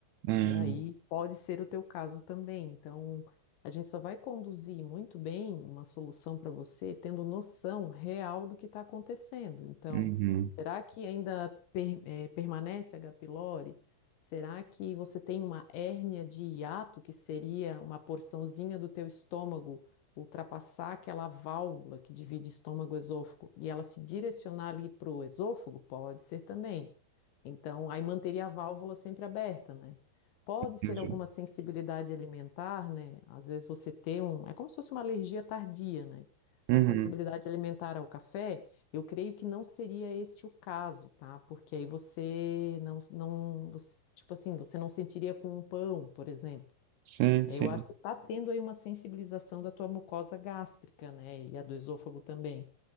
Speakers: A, on the right; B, on the left.
A: hum,
B: E aí pode ser o teu caso também. Então, a gente só vai conduzir muito bem uma solução para você tendo noção real do que está acontecendo. Então,
A: uhum,
B: será que ainda per- eh, permanece H. pylori? Será que você tem uma hérnia de hiato, que seria uma porçãozinha do teu estômago ultrapassar aquela válvula que divide estômago-esôfago e ela se direcionar ali para o esôfago? Pode ser também. Então, aí manteria a válvula sempre aberta, né? Pode ser
A: entendi.
B: alguma sensibilidade alimentar, né? Às vezes você tem um. É como se fosse uma alergia tardia, né?
A: Uhum,
B: Uma sensibilidade alimentar ao café, eu creio que não seria este o caso, tá? Porque aí você não, não, você- tipo assim, você não sentiria com um pão, por exemplo.
A: sim,
B: É,
A: sim.
B: Eu acho que está tendo aí uma sensibilização da tua mucosa gástrica, né? E a do esôfago também.